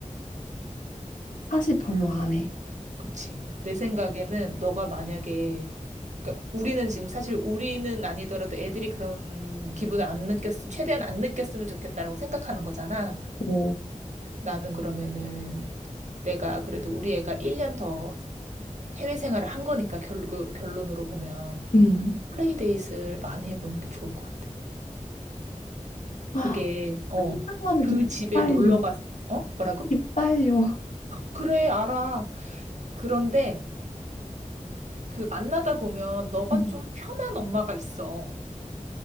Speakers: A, on the left; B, on the right.
A: 사실 별로 안 해.
B: 그치. 내 생각에는 너가 만약에 그러니까 우리는 지금 사실 우리는 아니더라도 애들이 그런 기분을 안 느꼈, 최대한 안 느꼈으면 좋겠다라고 생각하는 거잖아.
A: 그리고
B: 나는 그러면은 내가 그래도 우리 애가 1년 더 해외 생활을 한 거니까 결, 결론으로 보면
A: 음.
B: 플레이데이를 많이 해보는 게 좋을 것 같아.
A: 아
B: 그게, 어,
A: 생각만
B: 그
A: 해도 기빨려.
B: 집에 놀러 가서, 어? 뭐라고?
A: 기빨려.
B: 그래, 알아. 그런데 그 만나다 보면 너가
A: 음.
B: 좀 편한 엄마가 있어.